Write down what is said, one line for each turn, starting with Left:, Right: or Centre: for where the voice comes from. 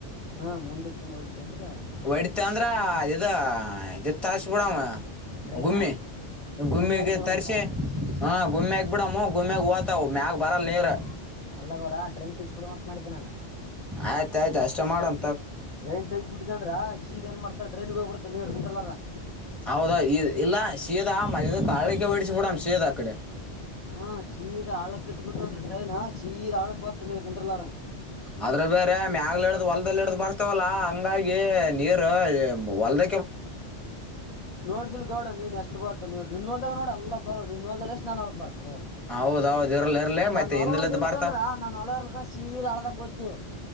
Left: ಹಾ ಮುಂದಕ್ಕಿನ ಹೊಡಿತಂದ್ರ
Centre: ಹೊಡಿತ ಅಂದ್ರ ಅ ಇದ ತರ್ಸ್ ಬಿಡಮ್ಮ.
Left: ಟ್ರೈನ
Centre: ಗುಮ್ಮಿ ಗುಮ್ಮಿಗೆ
Left: ಗುಮ್ಮಿ ಹಾಕ್ಬಿಡಮಂತ
Centre: ತರ್ಸಿ. ಹಾ ಗುಮ್ಯಾಗ ಬಿಡಮ್ಮ ಗುಮ್ಯಾಗ ಹೊತವು ಮ್ಯಾಗ ಬರಲ್ಲ ನೀರ್.
Left: ಅಲ್ಲಗೌಡ ಟ್ರೈನ್ ತೆಗಿಸ್ಬಿಡಮ ಅಂತ ಮಾಡಿದ್ದೆ
Centre: ಆಯ್ತಾ ಆಯ್ತು ಅಷ್ಟೇ ಮಾಡಂ.
Left: ಡ್ರೈನ್ ತಗಸ್ಯ ಬಿಟ್ಟಿದ್ ಅಂದ್ರ ಸೀದ್ಏನ್ ಮಾಡ್ತಾ ಡ್ರೈನ್ಗೆ ಹೋಗ್ಬಡ್ತ ನಿಂದರ್ಲಾರ್ನಂಗ.
Centre: ಹೌದ ಈ ಇಲ್ಲ ಶೀದಾ ಮದಿಂದ ಹಳಕ್ಕೆ ಹೊಡಿಸಿ ಬಿಡಮ ಶೀದಾ ಆ ಕಡೆ.
Left: ಹಾ ಶೀದಾ ಆಳಕ್ ಇಟ್ ಬಿಟ್ಟು ಅಂತ್ರ ಡ್ರೈನ್ ಶೀದಾ ಆಳಕ್ ಹತ್ತ ನೀರ್ ನಿಂದ್ರಲ್ಲಾರಂಗ.
Centre: ಆದ್ರ ಬೇರೆ ಮ್ಯಾಗಲೆ ಇಡ್ದ್ ಹೊಲ್ದಲ್ ಇಡ್ದ್ ಬರ್ತವಲ್ಲಾ ಹಂಗಾಗಿ ನೀರು ಹೊಲ್ದ.
Left: ನೋಡ್ದಿಲ್ ಗೌಡ ನೀನ್ ಎಷ್ಟು ಬರ್ತ ನೀರ್ ನಿನ್ನ ಹೊಲ್. ನೋಡಿಲ್ಲ ಬೋರ್ ನಿನ್ ಹೋಲ್ದಾಗ ಲೆಸಿ ನನ್ಕ್ ಹೊಲಕ್ ಬರ್.
Centre: ಹೌದೌದು ಇರ್ಲಿ ಇರ್ಲಿ
Left: ನಾನ
Centre: ಮತ್ತೆ
Left: ಒಲ
Centre: ಹಿಂದಲದ್ದು
Left: ಒಂದಿರ್ಕಂದ್ರ
Centre: ಬರ್ತಾವ
Left: ನಾನ ಹೊಲ ಇರ್ಲ್ಕ ಸೀದ್ ಹಳ್ಳದಾಕ. ಇದು.